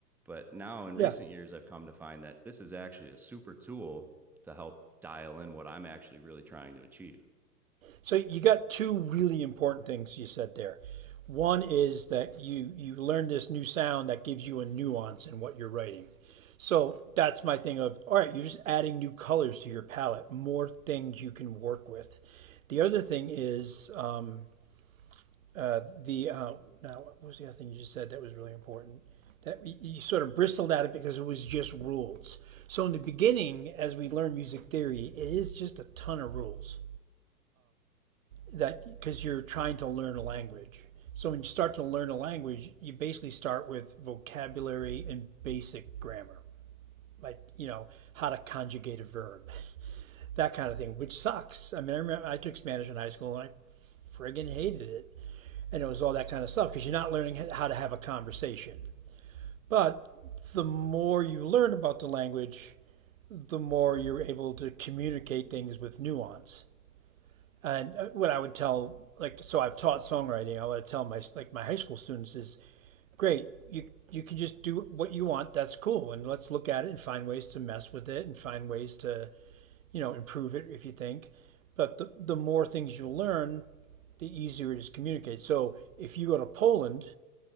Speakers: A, in the centre; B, on the right (about 55°).
A: but now in
B: yeah.
A: recent years, I've come to find that this is actually a super tool to help dial in what I'm actually really trying to achieve.
B: So you got two really important things you said there. One is that you you learn this new sound that gives you a nuance in what you're writing. So that's my thing of all right, you're just adding new colors to your palette, more things you can work with. The other thing is um, Uh, the uh, now what was the other thing you just said that was really important? That you sort of bristled at it because it was just rules. So in the beginning, as we learn music theory, it is just a ton of rules that because you're trying to learn a language. So when you start to learn a language, you basically start with vocabulary and basic grammar, like you know how to conjugate a verb, that kind of thing, which sucks. I mean, I remember I took Spanish in high school and I friggin' hated it. and it was all that kind of stuff because you're not learning how to have a conversation. But the more you learn about the language, the more you're able to communicate things with nuance. And uh, what I would tell, like, so I've taught songwriting. I would tell my like my high school students is great. You you can just do what you want. That's cool. And let's look at it and find ways to mess with it and find ways to you know improve it if you think. But the the more things you learn, the easier it is to communicate. So if you go to Poland